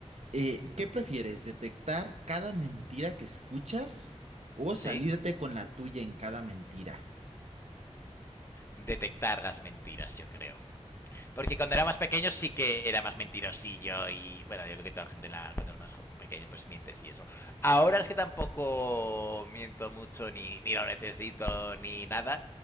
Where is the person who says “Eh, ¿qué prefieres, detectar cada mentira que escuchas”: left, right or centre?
Right